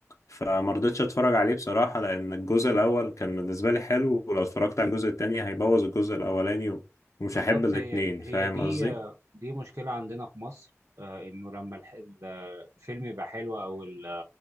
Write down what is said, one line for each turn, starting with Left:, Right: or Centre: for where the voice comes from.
Left: فما رضيتش اتفرج عليه بصراحة لان الجزء الاول كان بالنسبة لي حلو ولو اتفرجت على الجزء التاني هيبوظ الجزء الاولاني و- ومش
Right: بالظبط
Left: هحب الاتنين
Right: هي هي
Left: فاهم
Right: دي
Left: قصدي
Right: دي مشكلة عندنا في مصر آه، إنه لما الح- ال- الفيلم يبقى حلو أو ال-